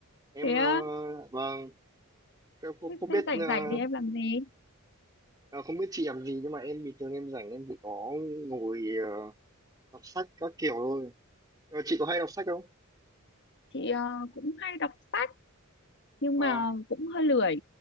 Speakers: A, on the right; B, on the left.
A: Em
B: Thế á,
A: ờ, vâng, em không,
B: thế,
A: không
B: thế
A: biết
B: rảnh
A: ờ,
B: rảnh thì em làm gì?
A: ờ, không biết chị làm gì nhưng mà em bình thường em rảnh em chỉ có ngồi ờ, đọc sách các kiểu thôi. Ờ, chị có hay đọc sách không?
B: Chị ờ, cũng hay đọc sách nhưng
A: Và
B: mà cũng hơi lười.